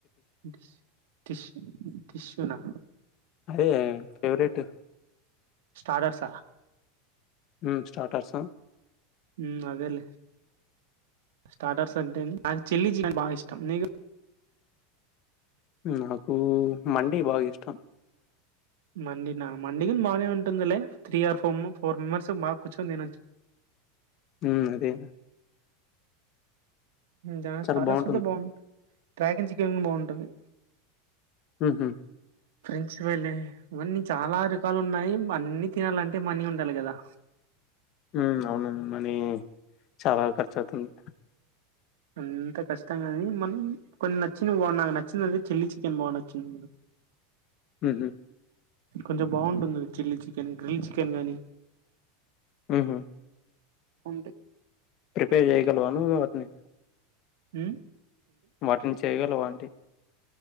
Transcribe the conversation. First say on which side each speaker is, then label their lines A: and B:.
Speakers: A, on the right; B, on the left.
A: డిష్ డిష్ డిష్షునా
B: అదే ఫేవరెట్
A: స్టార్టర్సా
B: ఉ స్టార్టర్సు
A: ఉం అదేలే స్టార్టర్స్ అంటే నాకు చిల్లీ చికెన్ బాగా ఇష్టం నీకు
B: నాకు మండీ బాగ ఇష్టం
A: మండి నా మండికి బాగానే ఉంటుందిలే త్రీ ఆర్ ఫొమ్ము ఫోర్ మెంబర్స్ బా కూర్చొని దినొచ్చు
B: ఊం అదే
A: దా
B: చాలా
A: స్టార్టర్స్
B: బాగుంటుంది
A: అయితే బాగుంటది ట్రాకింగ్ చికెన్ బాగుంటది
B: ఉహు
A: ఫ్రెంచ్ వెళ్ళి ఇవన్నీ చాలా రకాలు ఉన్నాయి అన్ని తినాలంటే మనీ ఉండాలి గదా
B: హుమ్ అవునవును మనీ చాల్ ఖర్చు అవుతుంది
A: అంత కష్టం గాని మన్ కొన్ని నచ్చి <unintelligible> నాకు నచ్చినది చిల్లీ చికెన్ బా నచ్చింది <inaudible>
B: ఉహు
A: కొంచెం బాగుంటుంది చిల్లీ చికెన్ గ్రిల్ చికెన్ గానీ
B: మ్మ్.
A: ఉంటె
B: ప్రిపేర్ జేయగలవ నువ్ వాటిని
A: ఉ
B: వాటిని చేయగలవ అంటి